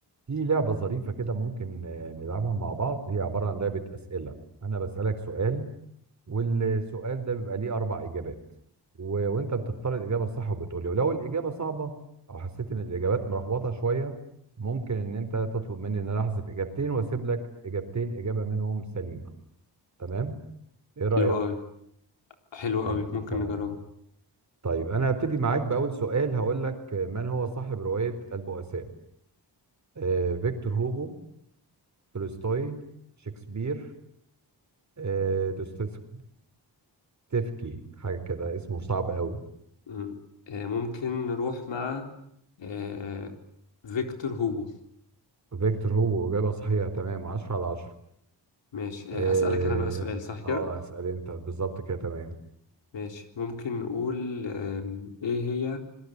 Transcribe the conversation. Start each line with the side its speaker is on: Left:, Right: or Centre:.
Right: في لعبة ظريفة كده ممكن آه، نلعبها مع بعض هي عبارة عن لعبة أسئلة أنا بسألك سؤال والسؤال ده بيبقى ليه أربع إجابات و... وأنت بتختار الإجابة الصح وبتقولي ولو الإجابة صعبة أو حسيت إن الإجابات مرخبطة شوية ممكن إن أنت تطلب مني إن أنا أحذف إجابتين وأسيب لك إجابتين إجابة منهم سليمة تمام إيه رأيك؟
Left: حلو أوي حلو
Right: حلو
Left: أوي ممكن
Right: تمام
Left: نجربها
Right: طيب أنا هبتدي معاك بأول سؤال هقول لك آه، من هو صاحب رواية البؤساء؟ آه، فيكتور هوجو تولستوي شكسبير آه، دوستيف- دوستيفكي حاجة كده اسمه صعب قوي
Left: مم. آه، ممكن نروح مع آه، فيكتور هوجو
Right: فيكتور هو إجابة صحيحة تمام عشرة على عشرة
Left: ماشي
Right: اه
Left: آه، أسألك أنا بقى سؤال صح كده؟
Right: آه، اسأل انت بالظبط كده تمام
Left: ماشي ممكن نقول آم، إيه هي